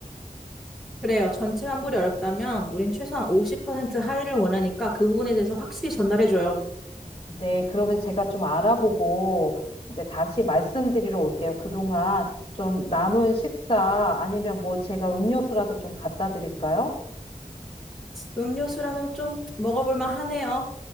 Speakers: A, in the centre; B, on the left.
A: 그래요. 전체 환불이 어렵다면 우린 최소한 50% 할인을 원하니까 그 부분에 대해서 확실히 전달해줘요.
B: 네, 그러면 제가 좀 알아보고 이제 다시 말씀드리러 올게요. 그동안 좀 남은 식사 아니면 뭐 제가 음료수라도 좀 갖다 드릴까요?
A: 음료수라면 좀 먹어볼만 하네요.